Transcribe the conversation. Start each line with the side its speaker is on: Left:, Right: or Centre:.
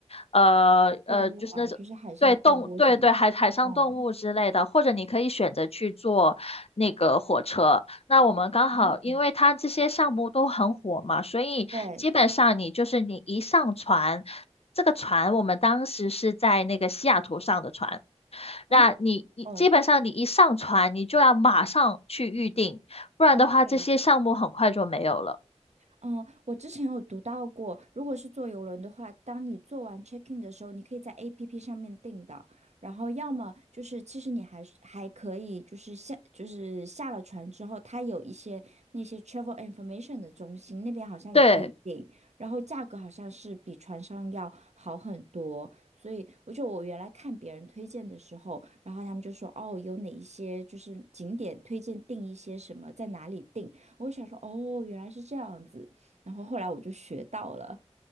Left: 呃呃就是那种对动对对海海上动物之类的，
Right: 动物啊，就是海上动物什么的。哦，
Left: 或者你可以选择去坐那个火车。那我们刚好，
Right: 啊，
Left: 因为它这些项目都很火嘛，所以基本上你就是你一上船，
Right: 对，
Left: 这个船我们当时是在那个西雅图上的船，那你一基本上你一上船，
Right: 嗯，哦
Left: 你就要马上去预定，不然的话这些项目很快就没有了。
Right: ，OK，嗯，我之前有读到过，如果是坐邮轮的话，当你做完 check in 的时候，你可以在 APP 上面订的，然后要么就是其实你还是还可以就是下就是下了船之后，它有一些那些 travel information 的中心，那边好像也可以订，
Left: 对。
Right: 然后价格好像是比船上要好很多，所以我就我原来看别人推荐的时候，然后他们就说哦，有哪一些就是景点推荐订一些什么，在哪里订，我就想说哦，原来是这样子。然后后来我就学到了。